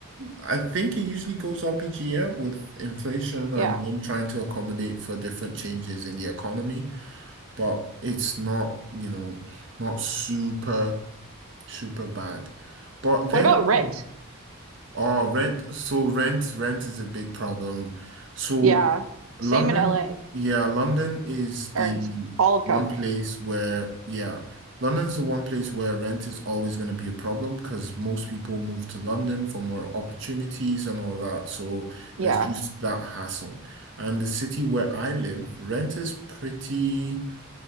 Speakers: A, on the right (about 55°); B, on the right (about 75°).
A: I think it usually goes up each year with inflation and
B: Yeah.
A: them trying to accommodate for different changes in the economy. but it's not, you know, not super, super bad. But then
B: What about
A: again,
B: rent?
A: oh, rent. So rent, rent is a big problem. So
B: Yeah.
A: London,
B: Same in LA
A: yeah, London is the
B: or in all of
A: one
B: California.
A: place where, yeah, London's the one place where rent is always going to be a problem because most people move to London for more opportunities and all that. So
B: Yeah.
A: there's just that hassle. And the city where I live, rent is pretty